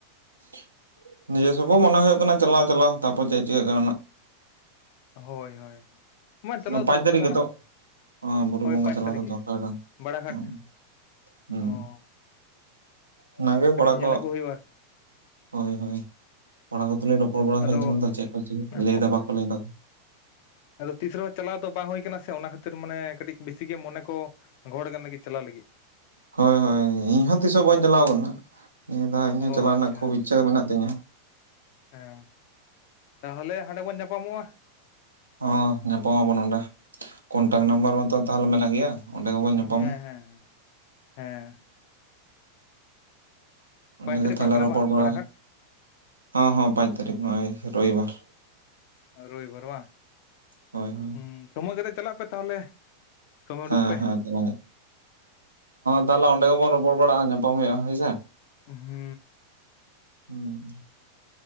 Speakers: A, on the right (about 80°); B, on the left (about 45°).
A: <unintelligible> ᱱᱤᱡᱮᱥ ᱠᱚ ᱢᱚᱱᱮ ᱦᱩᱭᱩᱜ ᱠᱟᱱᱟ ᱪᱟᱞᱟᱣ ᱪᱟᱞᱟᱣ ᱛᱟᱯᱚᱨ ᱪᱮᱫ ᱪᱤᱠᱟᱹ
B: ᱦᱳᱭ ᱦᱳᱭ ᱢᱟ ᱪᱟᱞᱟᱣ
A: ᱱᱚᱣᱟ
B: ᱫᱚᱨᱠᱟᱨ
A: ᱯᱟᱸᱪ ᱛᱟᱹᱨᱤᱠᱷ
B: ᱠᱟᱱᱟ
A: ᱜᱮᱛᱚᱜ ᱵᱩᱨᱩ
B: ᱦᱳᱭ
A: ᱵᱚᱸᱜᱟ
B: ᱯᱟᱸᱪ
A: ᱪᱟᱞᱟᱣ
B: ᱛᱟᱹᱨᱤᱠᱷ
A: ᱫᱚ
B: ᱜᱮ
A: ᱫᱚᱨᱠᱟᱨ ᱠᱟᱱᱟ
B: ᱵᱟᱲᱟᱜᱷᱟᱴ
A: ᱦᱮᱸ ᱦᱮᱸ
B: ᱚ
A: ᱚᱱᱟ ᱜᱮ
B: ᱠᱟᱹᱴᱤᱡ
A: ᱠᱚᱲᱟ
B: ᱧᱮᱞ
A: ᱠᱚ
B: ᱟᱹᱜᱩ ᱦᱩᱭᱩᱜᱼᱟ ᱟᱨᱠᱤ
A: ᱦᱳᱭ ᱦᱳᱭ ᱠᱚᱲᱟ ᱠᱚ ᱛᱩᱞᱩᱡ <unintelligible> ᱨᱯᱚᱲ ᱵᱟᱲᱟ
B: ᱟᱫᱚ
A: ᱦᱩᱭ ᱠᱟᱱᱟ ᱛᱚ ᱪᱮᱫ ᱠᱚ ᱞᱟᱹᱭ
B: ᱦᱳᱭ
A: ᱮᱫᱟ ᱵᱟᱠᱚ ᱞᱟᱹᱭ ᱮᱫᱟ
B: ᱟᱫᱚ ᱛᱤᱥ ᱨᱮᱦᱚᱸ ᱪᱟᱞᱟᱣ ᱫᱚ ᱵᱟᱝ ᱦᱩᱭ ᱟᱠᱟᱱᱟ ᱥᱮ ᱚᱱᱟ ᱠᱷᱟᱹᱛᱤᱨ ᱢᱟᱱᱮ ᱠᱟᱹᱴᱤᱡ ᱵᱮᱥᱤ ᱜᱮ ᱢᱚᱱᱮ ᱠᱚ ᱜᱚᱦᱚᱲᱚᱜ ᱠᱟᱱᱟ ᱪᱟᱞᱟᱣ ᱞᱟᱹᱜᱤᱫ
A: ᱦᱳᱭ ᱦᱳᱭ ᱤᱧ ᱦᱚᱸ ᱛᱤᱥ ᱦᱚᱸ ᱵᱟᱹᱧ ᱪᱟᱞᱟᱣ ᱟᱠᱟᱱᱟ ᱱᱤᱭᱟᱹ ᱫᱷᱟᱣ ᱤᱧ
B: ᱚ
A: ᱦᱚᱸ ᱪᱟᱞᱟᱜ ᱨᱮᱱᱟᱜ
B: ᱟᱪᱪᱷᱟ
A: ᱠᱷᱩᱵᱽ ᱤᱪᱪᱷᱟᱹ ᱢᱮᱱᱟᱜ ᱛᱤᱧᱟᱹ
B: ᱦᱮᱸ ᱛᱟᱦᱚᱞᱮ ᱦᱟᱸᱰᱮ ᱵᱚᱱ ᱧᱟᱯᱟᱢᱚᱜᱼᱟ
A: ᱚᱸᱻ ᱧᱟᱯᱟᱢ ᱟᱵᱚᱱ ᱱᱚᱰᱮ ᱠᱚᱱᱴᱟᱠᱴ ᱱᱟᱢᱵᱟᱨ ᱢᱟᱛᱚ ᱛᱟᱦᱟᱞᱮ ᱢᱮᱱᱟᱜ ᱜᱮᱭᱟ ᱚᱸᱰᱮ ᱜᱮᱵᱚᱱ
B: ᱦᱮᱸ
A: ᱧᱟᱯᱟᱢᱟ
B: ᱦᱮᱸ ᱦᱮᱸ
A: ᱚᱸᱰᱮ
B: ᱯᱟᱸᱪ ᱛᱟᱹᱨᱤᱠᱷ
A: ᱜᱮ ᱛᱟᱦᱟᱞᱮ
B: ᱯᱟᱲᱟᱜ ᱠᱟᱱᱟ
A: ᱨᱚᱯᱚᱨ
B: ᱵᱟᱝ
A: ᱵᱟᱲᱟ
B: ᱵᱟᱲᱟᱜᱷᱟᱴ
A: ᱦᱚᱸ- ᱦᱚᱸ ᱯᱟᱸᱪ ᱛᱟᱨᱤᱠᱷ ᱱᱚᱜᱚᱭ ᱨᱚᱵᱤᱵᱟᱨ
B: ᱨᱚᱭᱤᱵᱟᱨ ᱵᱟᱝ?
A: ᱦᱳᱭ ᱦᱳᱭ
B: ᱦᱩᱸ ᱥᱚᱢᱚᱭ ᱠᱟᱛᱮᱜ ᱪᱟᱞᱟᱜ ᱯᱮ ᱛᱟᱦᱚᱞᱮ ᱥᱚᱢᱚᱭ
A: ᱦᱮᱸ
B: ᱩᱰᱩᱠ ᱯᱮ
A: ᱦᱮᱸ <unintelligible> ᱛᱟᱦᱚᱞᱮ ᱚᱸᱰᱮ ᱜᱮᱵᱚᱱ ᱨᱚᱯᱚᱲ ᱵᱟᱲᱟᱜᱼᱟ ᱧᱟᱯᱟᱢ ᱦᱩᱭᱩᱜᱼᱟ ᱦᱳᱭ ᱥᱮ
B: ᱩᱸᱻᱻᱦᱩᱸᱫ
A: ᱦᱮᱸ <inaudible>